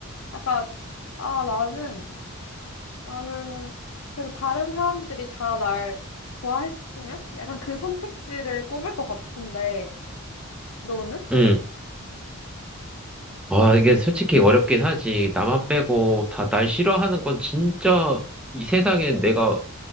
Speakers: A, on the left; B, in the centre.
A: 약간, 아, 나는, 나는 그래도 다른 사람들이 다 날 좋아했으면? 약간 그 선택지를 꼽을 것 같은데, 너는?
B: 음. 와, 이게 솔직히 어렵긴 하지. 나만 빼고 다 날 싫어하는 건 진짜 이 세상에 내가